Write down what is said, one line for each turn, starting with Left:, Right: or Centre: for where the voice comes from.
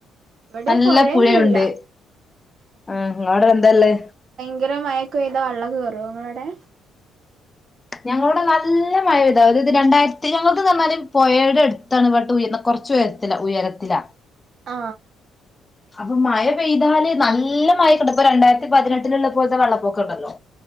Right: ഇവിടെ
Left: നല്ല
Right: പുഴയൊന്നുല്ല
Left: പുഴയുണ്ട് ആ ങ്ങടെ എന്താല്ലേ
Right: ഭീങ്കര മയക്ക ചെയ്താ വെള്ളം കയറും നിങ്ങളോടെ
Left: ഞങ്ങളടെ നല്ല മഴ പയ്ത അത് രണ്ടായിരത്തി ഞങ്ങൾക്ക് തന്നാലും പുയയുടെ അടുത്താണ് ഇട്ട് ഉയർ കുറച്ച ഉയരത്തിലാ ഉയരത്തിലാ
Right: ആ
Left: അപ്പൊ മഴ പെയ്താല് നല്ല മഴ കിട്ട ഇപ്പൊ രണ്ടായിരത്തി പതിനെട്ടിലള്ളപ്പോലത്തെ വെള്ളപ്പൊക്ക ഉണ്ടല്ലോ